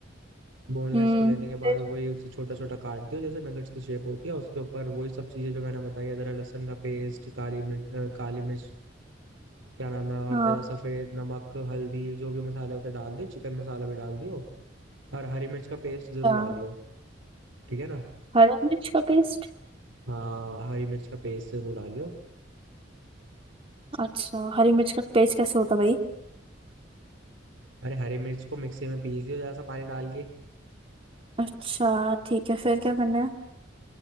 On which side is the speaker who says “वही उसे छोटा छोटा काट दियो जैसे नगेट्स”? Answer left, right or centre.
Right